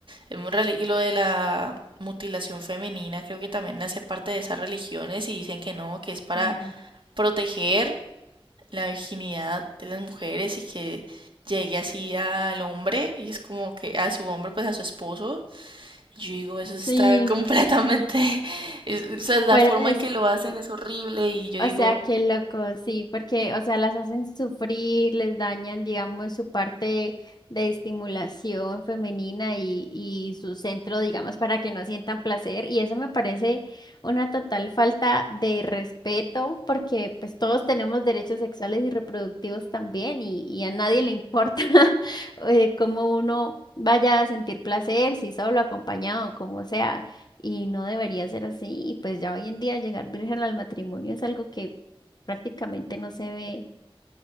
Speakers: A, on the right; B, on the left.
A: Es muy radi- y lo de la mutilación femenina creo que también hace parte de esas religiones y dicen que no, que es para
B: mm.
A: proteger la virginidad de las mujeres y que llegue así al hombre y es como que a su hombre, pues a su esposo y Yo digo, eso está
B: Sí,
A: completamente, <laughs> es- o sea, la
B: fuera
A: forma
B: de
A: en que lo
B: sí.
A: hacen es horrible y yo digo,
B: O sea, qué loco, sí, porque, o sea, las hacen sufrir, les dañan, digamos, su parte de estimulación femenina y, y su centro, digamos, para que no sientan placer. Y eso me parece una total falta de respeto, porque pues todos tenemos derechos sexuales y reproductivos también, y, y a nadie le importa <laughs> eh, cómo uno vaya a sentir placer, si solo, acompañado, como sea y no debería ser así. Y pues ya hoy en día llegar virgen al matrimonio es algo que prácticamente no se ve.